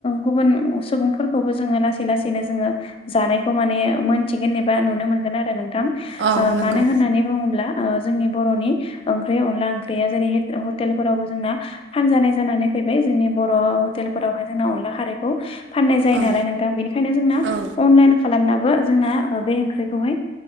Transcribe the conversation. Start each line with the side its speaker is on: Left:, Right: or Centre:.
Left: गुबुन सुबुंफोरखौबो जोङो लासै लासैनो जोङो जानायखौ माने मोन मिथिगोन एबा नुनो मोनगोन आरो नोंथां
Right: औ नंगौ
Left: मानो होननानै बुङोब्ला जोंनि बर'नि ओंख्रि अनला ओंख्रिया जेरै हटेलफोरावबो जोंना फानजानाय जानानै फैबाय जोंनि बर' हटेलफोरावहाय जोंना अनला खारैखौ फाननाय जायो
Right: औ
Left: नालाय नोंथां बेनिखायनो जोंना
Right: औ
Left: अनलाइन खालामनाबो जोंना बे ओंख्रिखौहाय